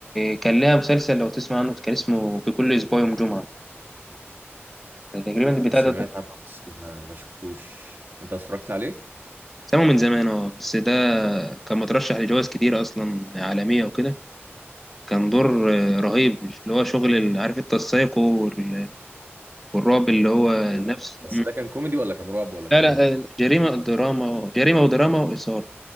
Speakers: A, in the centre; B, on the right.
A: كان لها مسلسل لو تسمع عنه كان اسمه في كل اسبوع يوم جمعه تقريبا البتاع
B: سمعت
A: ده
B: عنه بس ما, ما شفتوش انت اتفرجت عليه
A: سمعه من زمان اه بس ده كان مترشح لجوائز كتير اصلا عالميه وكده كان دور آه، رهيب اللي هو شغل ال- عارف التسايق وال- والرعب اللي هو النفس
B: إيه رأيك؟ بس ده كان كوميدي ولا كان رعب ولا كان
A: لا لا
B: ايه
A: جريمة دراما جريمة ودراما وإثارة